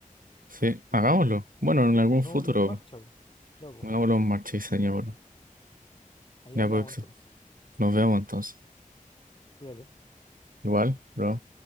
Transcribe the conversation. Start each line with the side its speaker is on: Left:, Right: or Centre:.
Right: Sí, hagámoslo.
Left: Ya, po.
Right: Bueno, en algún
Left: Pongámoslo
Right: futuro,
Left: en marcha, po. Ya, po.
Right: hagámoslo en marcha y señor.
Left: Ahí
Right: Ya
Left: hablamos
Right: puede ser.
Left: entonces.
Right: Nos vemos entonces.
Left: Cuídate.
Right: Igual, bro.